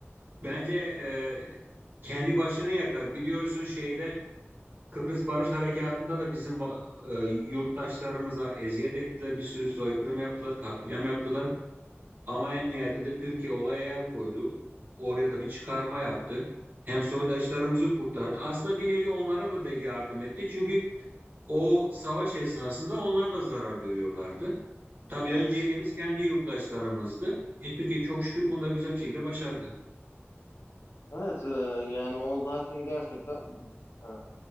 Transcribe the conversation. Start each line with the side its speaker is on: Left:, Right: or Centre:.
Right: bence e, kendi başını yakar. Biliyorsun şeyde Kıbrıs Barış Harekatı'nda da bizim va- e, yurttaşlarımıza eziyet ettiler, bir sürü soykırım yaptılar, katliam yaptılar. Ama en nihayetinde Türkiye olaya el koydu. Oraya da bir çıkarma yaptı. Hem soydaşlarımızı kurtardı. Aslında bir nevi onlara da yardım etti. Çünkü o savaş esnasında onlar da zarar görüyorlardı. Tabii
Left: Evet.
Right: önceliğimiz kendi yurttaşlarımızdı. E, Türkiye çok şükür bunu da güzel bir şekilde başardı.
Left: Evet e, yani o zaten gerçekten e,